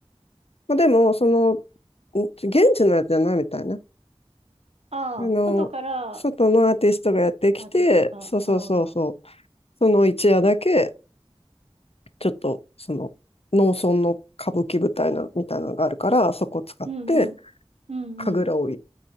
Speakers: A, on the left; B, on the right.
A: まあ、でも、その、ん現地のやつじゃないみたいね。
B: ああ、
A: あの、
B: 外から
A: 外のアーティストがやってきて、
B: アーティストが、
A: そうそうそうそう、
B: はあ、
A: その一夜だけ、ちょっと、その、農村の歌舞伎舞台な、みたいなのがあるから、そこを使って、
B: うんうん、うんうん。
A: 神楽をい、